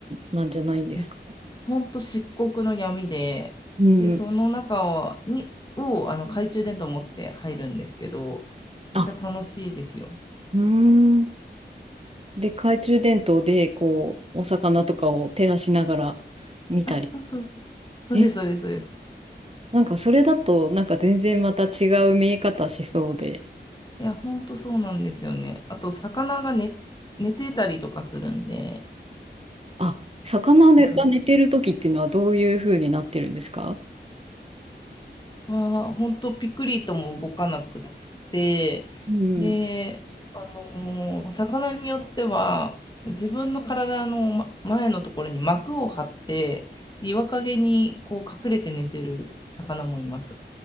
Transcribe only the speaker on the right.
なんじゃないんですか
うん。
あ、うーん。で、懐中電灯でこう、お魚とかを照らしながら見たり。
え、
なんかそれだとなんか全然また違う見え方しそうで。
あ、魚が寝てる時っていうのはどういう風になってるんですか
うん、